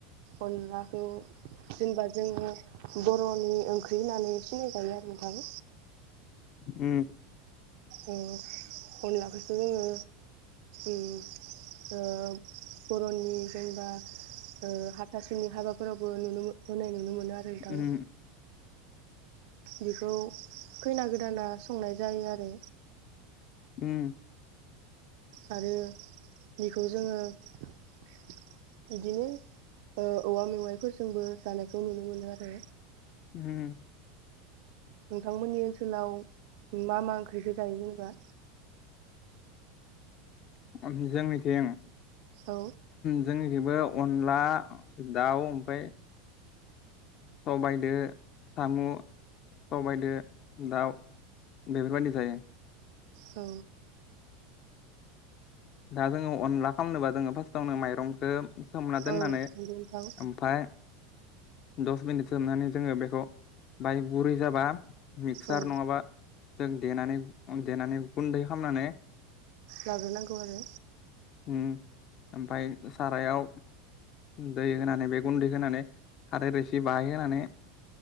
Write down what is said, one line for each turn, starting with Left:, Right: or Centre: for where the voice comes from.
Right: अनलाखौ जेनेबा जोङो बर'नि ओंख्रि होननानै सिनायजायो आरो नोंथां
Left: उम
Right: ओ अनलाखोसो जोंङो ओ ओ बर'ननि जेनेबा ओ हाथासुनि हाबाफोरावबो नुनो होनाय नुनो मोनो <unintelligible>
Left: उम
Right: बेखौ खैना गोदाना संनाय जायो आरो
Left: उम
Right: आरो बेखौ जोङो बिदिनो ओ औवा मेवाइफोरजोंबो जानायखौ नुनो मोनो आरो
Left: उम
Right: नोंथांमोननि ओनसोलाव मा मा ओंख्रिसो जायो जेनेबा
Left: <unintelligible> जोंनिथिं
Right: औ
Left: जोंनिथिंबो अनला दाउ ओमफाय सबायाइदो साम' सबायदो दाउ बेफोरबायदि जायो
Right: औ
Left: दा जोङो अनला खालामनोबा जोङो फार्स्टआवनो माइरंखौ सोमना दोननानै
Right: औ नंगौ नोंथां
Left: ओमफाय दस मिनिट सोमनानै जोङो बेखौ बाय गुरै जाबा मिक्सार
Right: औ
Left: नङाबा जों देनानै देनानै गुन्दै खालामनानै
Right: लाग्रोनांगौ आरो
Left: उम ओमफाय सारायाव दै उम होनानै बेे गुन्दै होनानै खारै रोसि बाहाय होनानै